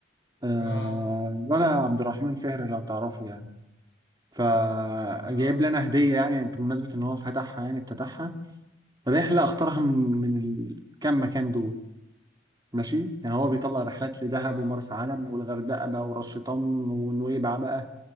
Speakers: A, on the right (about 20°); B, on the left (about 65°).
A: آه،
B: اه
A: ولا عبد الرحمن فهر لو تعرفه يعني فجايب
B: اه
A: لي انا هديه يعني بمناسبه ان هو فتحها يعني افتتحها رحله اختارها من من الكام مكان دول ماشي يعني هو بيطلع رحلات لدهب
B: اه
A: ومرسى علم والغردقه بقى وراس شيطان ونويبع بقى